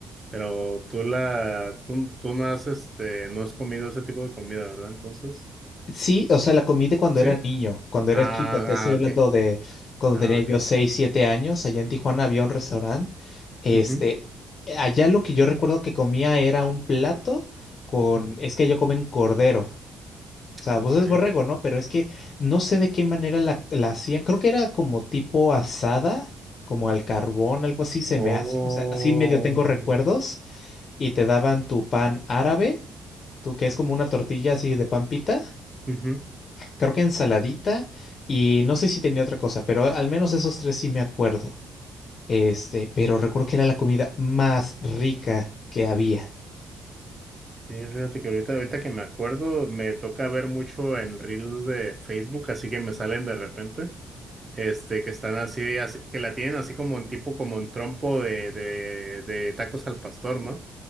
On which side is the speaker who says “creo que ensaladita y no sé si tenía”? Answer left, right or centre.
Left